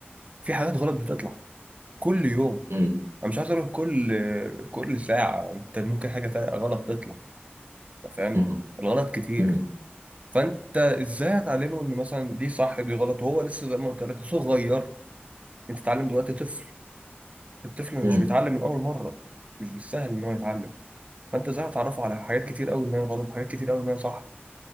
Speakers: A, on the right; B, on the right.
A: في حاجات غلط بتطلع كل يوم
B: امم
A: انا مش عايز اروح كل كل ساعه انت ممكن حاجه تانية غلط تطلع أنت فاهم
B: امم
A: الغلط كتير
B: امم
A: فانت ازاي هتعلمه ان مثلا دي صح دي غلط وهو لسه زي ما قلت لك صغير انت تتعلم دلوقتي طفل الطفل
B: امم
A: مش بيتعلم من اول مره مش بالسهل ان هو يتعلم فانت ازاي هتعرفه على حاجات كتير قوي ما هي غلط وحاجات كتير قوي ما هي صح